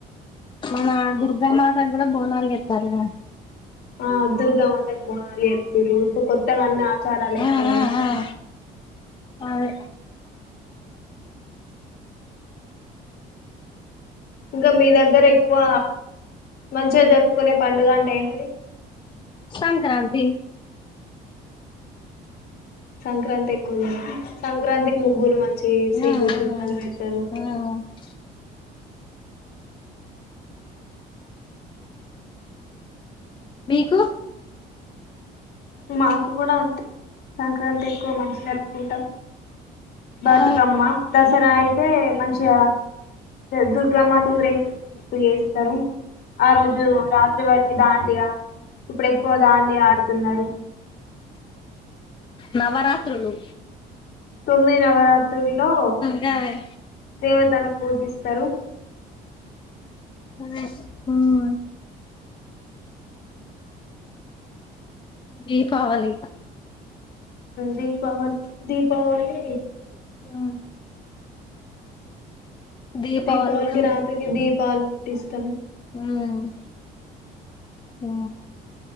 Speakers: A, on the left; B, on the left.
A: మన దుర్గమాతకు కూడా బోనాలు చేస్తాండ్రు గా
B: ఆ దుర్గ మాతకి బోనాలు చేస్తాండ్రు ఈ రోటుకి కొత్త అన్న చరా లే
A: ఆ
B: పోయి
A: ఆ అదే
B: ఇంకా మీ దగ్గర ఎక్కువ మంచిగా జరుపుకునే పండుగ అంటే ఏంటిది
A: సంక్రాంతి
B: సంక్రాంతి ఎక్కువ జరుపుకుంటాం సంక్రాంతి ముగ్గులు చేసి
A: ఆ ఆ
B: గొబ్బెమ్మలు పెడతారు
A: ఆ మీకు
B: మా కుపణంత సంక్రాంతి ఎక్కువ మంచి జరుపుకుంటాం బతుకమ్మ
A: ఆ
B: దసరా అయితే మంచిగా ద దుర్గా మాతా ఊరేగింపు చెస్ ఆ రోజు రాత్రి వరకి దాండియా ఇప్పుడు ఎక్కువ దాండియా ఆడుతుండ్రు న్నారు
A: నవరాత్రులు
B: తొమ్మిది నవరాత్రులు లో
A: గవే
B: దేవత స పుదీస్తారు
A: ఆ దీపావళి
B: దీపావళి దీపావళి
A: ఆ దీపావళి
B: దీపావళకి
A: కూడా
B: రాత్రకి దీపాలు ముట్టిస్తాం
A: హు ఉ